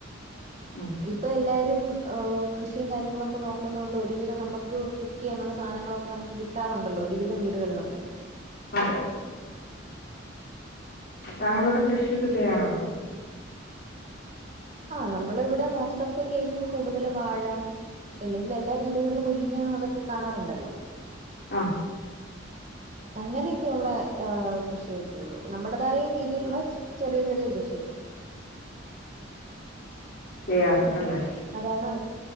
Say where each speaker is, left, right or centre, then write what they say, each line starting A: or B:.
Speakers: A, on the left; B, on the right.
A: ഉം
B: ഇപ്പൊ എല്ലാ രും ഏഹ് കൃഷിയും കാര്യങ്ങളൊക്കെ നോക്കുന്നോണ്ട് ഒരുവിധം നമക്ക് കുക്ക്യ്യാനുള്ള സാനങ്ങളൊക്കെ നമുക്ക് കി കിട്ടാറുണ്ടല്ലോ ഒരുവിധം വീടുക ളിലൊക്കെ
A: അതെ താങ്കളോടെ കൃഷിയൊക്കെ ചെയ്യാറ്
B: ഇപ്പൊ
A: ണ്ടോ?
B: ആഹ് നമ്മൾ ഇവിടെ മോസ്റ്റ് ഓഫ് ദി കേസും കൂടുതലും വാഴ ഇല്ലെങ്കിൽ എല്ലാ വീടുകളിലും മുരിങ്ങ അതൊക്കെ കാണാറ്ണ്ടല്ലോ
A: ആഹ്
B: അങ്ങനെയൊക്കെയുള്ള ഏഹ് കൃഷിയൊക്കെയുള്ളൂ. നമ്മുടെതായ രീതിയിലുള്ള ചെറിയ ചെറിയ കൃഷികൾ.
A: ചെയ്യാറുണ്ടല്ലേ
B: അതാണ്